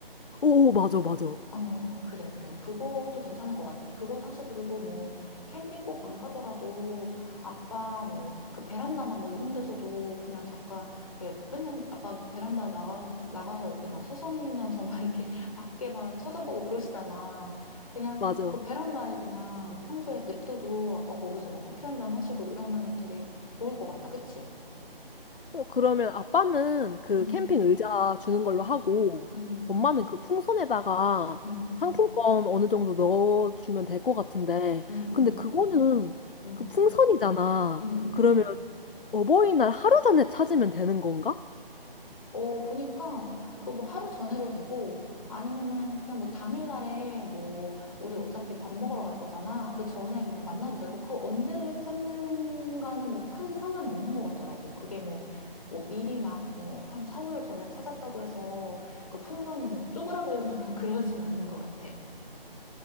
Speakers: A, on the left; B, on the left.
A: 오, 맞아, 맞아.
B: 어, 그래, 그래. 그것도 괜찮은 것 같아. 그거 사실 그리고 뭐, 캠핑 꼭 안 가더라도, 아빠 뭐, 그 베란다나 뭐 이런 데서도 그냥 잠깐, 이렇게 맨날 아빠 베란다 나가, 나가서 이렇게 막 서성이면서 막 이렇게 <laughs> 밖에 막 쳐다보고 그러시잖아. 그냥
A: 맞아.
B: 그 베란다에 그냥 평소에 냅둬도 아빠 거기서 막 커피 한 잔 하시고 이러면은 되게 좋을 것 같다. 그치?
A: 어, 그러면 아빠는 그
B: 응,
A: 캠핑 의자 주는 걸로
B: 응,
A: 하고,
B: 응,
A: 엄마는 그 풍선에다가
B: 응,
A: 상품권 어느 정도 넣어주면 될 것 같은데,
B: 응, 응, 응,
A: 근데 그거는
B: 응,
A: 그 풍선이잖아.
B: 응. 응.
A: 그러면 어버이날 하루 전에 찾으면 되는 건가?
B: 어, 보니까 그 뭐 하루 전에도 되고 아니면은 그냥 뭐 당일날에 뭐 우리 어차피 밥 먹으러 갈 거잖아. 그 전에 그냥 만나도 되고 그 언제 찾는가는 뭐 큰 상관이 없는 것 같더라고. 그게 뭐 뭐 미리 뭐한 4, 5일 전에 찾았다고 해서 그 풍선이 뭐 쪼그라들거나 <laughs> 그러진 않는 것 같아.